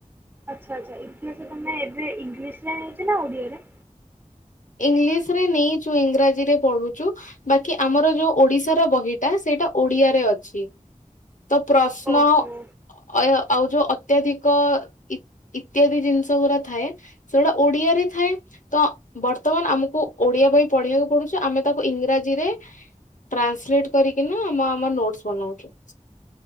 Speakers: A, on the right; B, on the left.
A: ଆଚ୍ଛା ଆଚ୍ଛା ଇତିହାସ ତମେ ଏବେ ଇଂଲିଶ ରେ ନେଇଛ ନା ଓଡିଆରେ?
B: ଇଂଲିଶ ରେ ନେଇଛୁ ଇଂରାଜୀ ରେ ପଢୁଛୁ। ବାକି ଆମର ଯୋଉ ଓଡିଶାର ବହିଟା ସେଇଟା ଓଡିଆରେ ଅଛି। ତ ପ୍ରଶ୍ନ
A: ଓହୋ
B: ଅ ଆଉ ଯୋଉ ଅତ୍ୟଧିକ ଇ ଇତ୍ୟାଦି ଜିନିଷ ଗୁରା ଥାଏ ସେଗୁଡା ଓଡିଆରେ ଥାଏ ତ ବର୍ତ୍ତମାନ ଆମକୁ ଓଡିଆ ବହି ପଢିଆକୁ ପଡୁଛି ଆମେ ତାକୁ ଇଂରାଜୀରେ ଟ୍ରାନ୍ସଲେଟ କରିକି ନା ଆମ ଆମ ନୋଟ୍ ବନଉଛୁ।